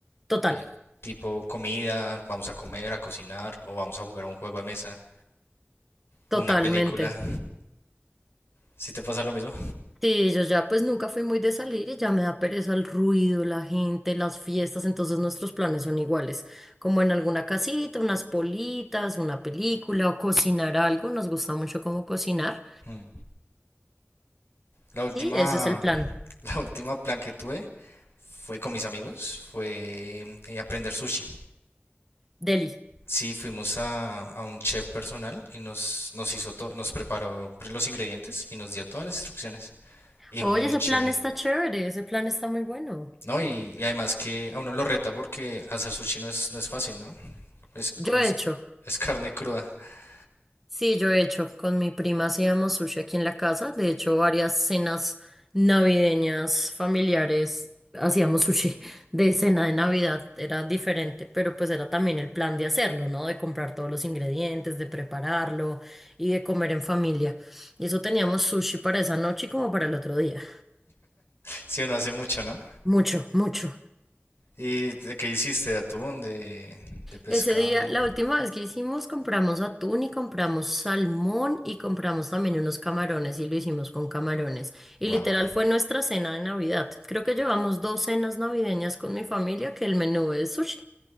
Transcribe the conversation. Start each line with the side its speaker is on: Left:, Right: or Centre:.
Centre: Total,
Left: Eh, tipo comida, vamos a comer, a cocinar, o vamos a jugar a un juego de mesa,
Centre: totalmente.
Left: o una película. ¿Sí te pasa lo mismo?
Centre: Sí, yo ya pues nunca fui muy de salir y ya me da pereza el ruido, la gente, las fiestas, entonces nuestros planes son iguales, como en alguna casita, unas politas, una película o cocinar algo, nos gusta mucho como cocinar.
Left: Mm. La última,
Centre: Sí, ese es el plan,
Left: <laughs> la última plan que tuve fue con mis amigos, fue eh, aprender sushi.
Centre: Deli.
Left: Sí, fuimos a, a un chef personal y nos, nos hizo todo, nos preparó pre- los ingredientes y nos dio todas las instrucciones. Y
Centre: Oye,
Left: muy
Centre: ese
Left: chévere.
Centre: plan está chévere, ese plan está muy bueno.
Left: No, y, y además que a uno lo reta porque hacer sushi no es, no es fácil, ¿no? Es,
Centre: Yo
Left: es,
Centre: he hecho.
Left: es carne cruda. <laughs>
Centre: Sí, yo he hecho con mi prima, hacíamos sushi aquí en la casa. De hecho, varias cenas navideñas familiares hacíamos sushi de cena de Navidad. Era diferente, pero pues era también el plan de hacerlo, ¿no? De comprar todos los ingredientes, de prepararlo y de comer en familia. Y eso teníamos sushi para esa noche y como para el otro día.
Left: Si uno hace mucho, ¿no?
Centre: Mucho, mucho.
Left: ¿Y de qué hiciste? ¿De atún? ¿De, de pescado?
Centre: Ese día, la última vez que hicimos, compramos atún y compramos salmón y compramos también unos camarones y lo hicimos con camarones. Y
Left: Wow.
Centre: literal fue nuestra cena de Navidad. Creo que llevamos dos cenas navideñas con mi familia, que el menú es sushi.